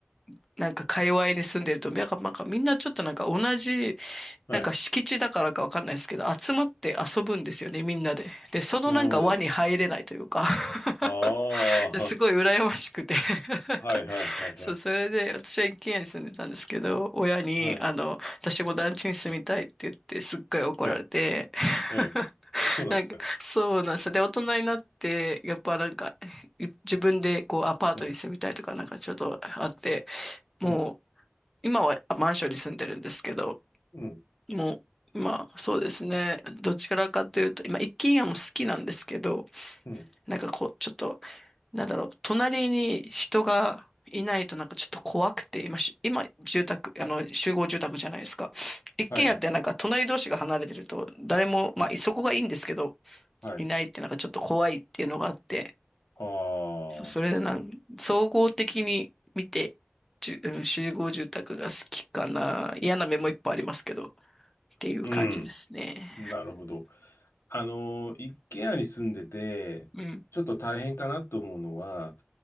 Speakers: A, in the centre; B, on the left (about 80°).
A: う、なんか界隈に住んでると、なんか、なんかみんなちょっとなんか同じ
B: はい。
A: なんか敷地だからかわかんないですけど、集まって遊ぶんですよね、みんなで。で、そのなんか輪に入れないというか
B: なるほど。
A: <laughs>
B: あー、
A: すごい羨ましくて <laughs>
B: はい、はい、はい、
A: そう、
B: はい。
A: それで私は一軒家に住んでたんですけど、親に、
B: はい。
A: あの、私も団地に住みたいって言って、すっごい怒られて
B: ええ。ええ。
A: <laughs>
B: そうなんですか。
A: なんか、そうなんですよ。で、大人になって、やっぱなんか、自分でこうアパートに住みたいとかなんかちょっとあって、
B: うん、
A: もう、
B: うん、
A: 今はマンションに住んでるんですけど、
B: うん、
A: もう、まあ、そうですね。どちらかというと、今、一軒家も好きなんですけど、
B: うん。
A: なんかこう、ちょっと、なんだろう、隣に人がいないとなんかちょっと怖くて、今し、今、住宅、あの、集合住宅じゃないですか。一軒家ってなんか隣同士が離れてると、
B: はいはい。
A: 誰も、まあ、
B: うん、
A: そこがいいんですけど、
B: はい。
A: いないってなんかちょっと怖いっていうのがあって、
B: ああ、
A: そそれでなん、
B: 確かに。
A: 総合的に見て、じゅうん集合住宅が好きかな。嫌な面もいっぱいありますけど、っていう感じですね。
B: うん。なるほど。あの、一軒家に住んでて、
A: うん
B: ちょっと大変かなと思うのは、